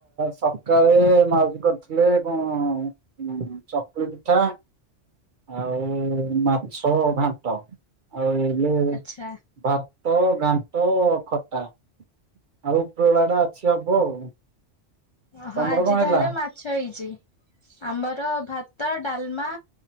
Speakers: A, on the right; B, on the left.
A: ସକାଳେ ମାଉସି କରିଥିଲେ <unintelligible> ଚକୁଲି ପିଠା, ଆଉ ମାଛ ଘାଣ୍ଟ। ଆଉ ଇଏ
B: ଆଚ୍ଛା
A: ଭାତ, ଘାଣ୍ଟ, ଖଟା। ଆଉ ଉପରବେଳା ଟା ଅଛି, ହବ ଆଉ।
B: ଓ ହୋ,
A: ତମର
B: ଆଜି
A: କଣ ହେଇଥିଲା?
B: ତାହେଲେ ମା ଛ ହେଇଛି। ଆମର ଭାତ, ଡାଲମା,